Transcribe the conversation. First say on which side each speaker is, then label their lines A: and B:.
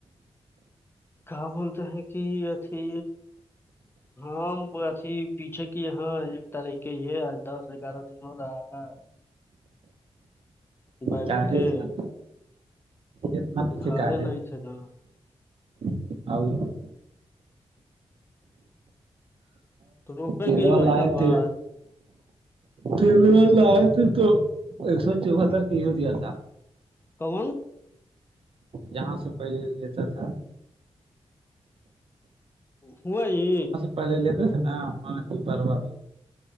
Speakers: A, on the left (about 20°); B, on the right (about 55°).
A: کہاں بولتے ہیں کہ اھی ہاں اھی پیچھے کی یہاں ایک تاریخ کے ہی ہے آج دس گیارہ دن ہو رہا ہے بگن
B: کاہے
A: کی
B: اتنا اتنا پیچھے
A: گار
B: کاہے
A: نہیں چ نا
B: <unintelligible>
A: تو روپیں
B: تل
A: گے
B: والا
A: مہینہ
B: ہے
A: بعد
B: تھ فر لئے ت تو ایک سو چوہتر کی ہو دیا تھا
A: کون
B: جہاں سے پہلے لیتا تھا
A: ہوئی
B: پے لیےتےس ن وہاں کی پارو ابھی